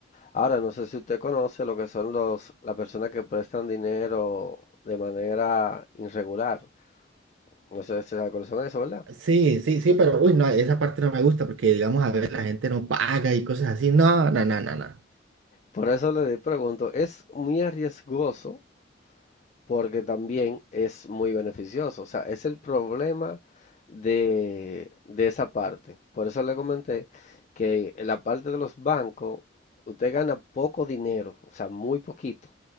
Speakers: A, on the left; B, on the right.
A: Ahora, no sé si usted conoce lo que son los, las personas que prestan dinero de manera irregular. No sé si sabe cuáles son eso, ¿verdad?
B: Sí, sí, sí, pero uy, no, esa parte no me gusta porque, digamos, a veces la gente no paga y cosas así. No, no, no, no, no.
A: Por eso le pregunto, es muy arriesgoso porque también es muy beneficioso. O sea, es el problema de, de esa parte. Por eso le comenté que en la parte de los bancos, usted gana poco dinero, o sea, muy poquito,